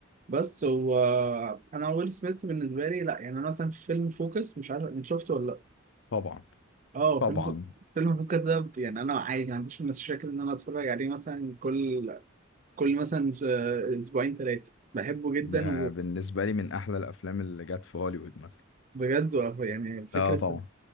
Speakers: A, on the right; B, on the left.
A: بس هو أنا ويل سميث بالنسبة لي لأ يعني أنا مثلا في فيلم فوكس مش عارف أنت شفته ولا لأ
B: طبعا
A: اه
B: طبعا
A: فيلم فو- فيلم فوكس ده يعني أنا عادي ما عنديش مشاكل إن أنا أتفرج عليه مثلا كل كل مثلا ش- اسبوعين ثلاثه بحبه جدا
B: ده بالنسبة لي من أحلى الأفلام اللي جت في هوليوود مثلا
A: وبجد يعني فكره
B: لا طبعا